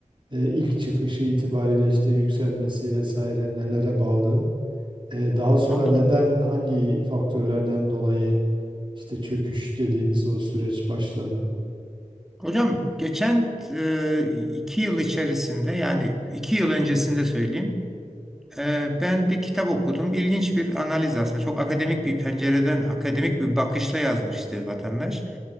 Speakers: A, on the right; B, in the centre.
A: e, ilk çıkışı itibariyle işte yükselmesi vesaire nelere bağlı? E, daha sonra
B: anladım.
A: neden hangi faktörlerden dolayı işte çöküş dediğimiz o süreç başladı?
B: Hocam geçen e, iki yıl içerisinde yani iki yıl öncesinde söyleyeyim. e, ben bir kitap okudum. İlginç bir analiz aslında. Çok akademik bir pencereden, akademik bir bakışla yazmıştı vatandaş.